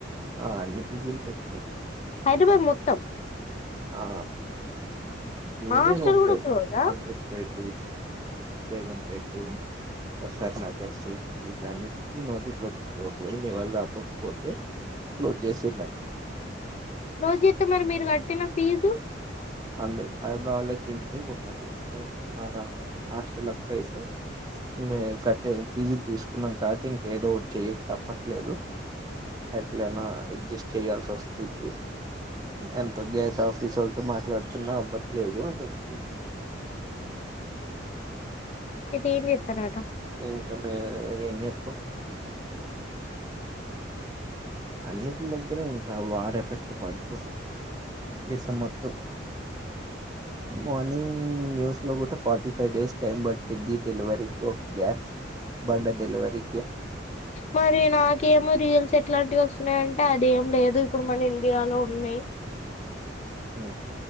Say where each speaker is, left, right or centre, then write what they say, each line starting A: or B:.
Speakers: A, on the right; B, on the left.
A: ఆ అన్ని పీజీలుకి వచ్చినయి
B: హైదరాబాద్ మొత్తం
A: ఆ యూనియన్
B: మా హాస్టల్
A: ఉంటాడు
B: కూడా క్లోజా
A: అమీర్పేట బేగంపేట్ ఎస్ఆర్ నగర్స్ ఇట్లన్ని నోటీసులు వచ్చియి ఒకవేళ మీ వాల్ళ రాకొక పోతే క్లోజ్ చేసి మని
B: రోజ అతే మరి మీరు కట్టిన ఫీజు
A: అంద అ ఆలోచించి ఉన్నారు మా హాస్టల్కి అయితే మేము కట్టే ఫీజులు తీసుకున్నాం కాట్ ఇంక ఏదో ఒక చేయక తప్పట్లేదు ఎట్లనా అడ్జస్ట్ చేయాల్సి వస్తుంది ఎంత గ్యాస్ ఆఫీస్ వాళ్ళతో మాట్లాడుతున్నా అవ్వట్లేదు అని చెప్తుంది
B: అయితే ఏం చేస్తారట
A: ఇంకా ఏం చేస్తాం అన్నింటి దగ్గర ఇంకా వార్ ఎఫెక్ట్ పడుతుంది దేశం మొత్తం మార్నింగ్ న్యూస్ లో కూడా ఫార్టీ ఫైవ్ డేస్ టైం పట్టిది డెలివరీ ఒక గ్యాస్ బండ డెలివరీ
B: మరి నాకు ఏమో రియల్స్ ఎట్లాంటివి వస్తున్నాయ అంటే ఆడేం లేదు ఇప్పుడు మన ఇండియాలో ఉన్నాయి
A: ఉ